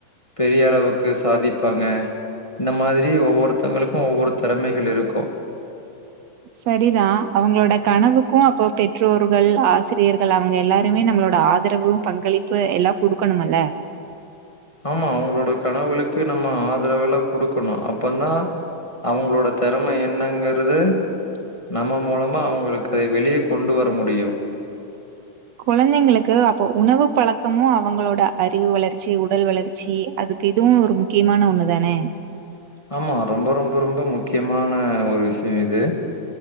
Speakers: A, on the left; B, on the right.
A: பெரிய அளவுக்கு சாதிப்பாங்க இந்த மாதிரி ஒவ்வொருத்தங்களுக்கு ஒவ்வொரு திறமைகள் இருக்கு
B: சரிதா அவுங்களோட கனவுக்கு அப்போ பெற்றோர்கள் ஆசிரியர்கள் அவுங்க எல்லாருமே நம்மளோட ஆதரவு பங்களிப்பு எல்லா குடுக்கணும்மல்ல
A: ஆமா அவுங்களோட கனவுளுக்கு நம்ம ஆதரவெலா குடுக்கணு அப்பந்தா அவுங்களோட திறம என்னங்கிறது நம்ம மூலமா அவுங்களுக்கு அதை வெளிய கொண்டு வர முடியு
B: குழந்தைங்களுக்கு அப்ப உணவு பழக்கமு அவுங்களோட அறிவு வளர்ச்சி உடல் வளர்ச்சி அதுக்கு இதுவு ஒரு முக்கியமான ஒண்ணு தானே
A: ஆமா ரொம்ப ரொம்ப ரொம்ப முக்கியமான ஒரு விஷயோ இது